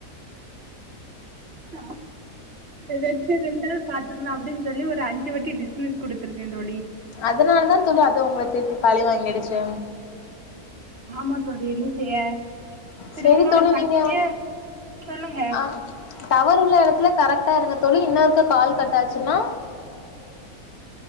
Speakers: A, on the right; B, on the left.
A: ஹஹ <inaudible> இத வச்சு ரெண்டவது பாத்துக்கலாம் அப்படின்னு சொல்லி ஒரு அஞ்சு வாட்டி டிஸ்மிஸ் குடுடுத்தருக்கேன் தோழி.
B: அதனால தா தோழி அது உங்களை திருப்பி பழி வாங்கிடுச்சு.
A: ம். ஆமா தோழி என்ன செய்ய? சரி
B: செரி
A: உங்களோட
B: தோழி
A: சக்திய
B: நீங்க
A: சொல்லுங்க
B: ஆஹ் டவறு உள்ள இருக்குல கரெக்டா இருங்க தோழி இன்னு ஒருக்கா கால் கட்டாச்சுன்னா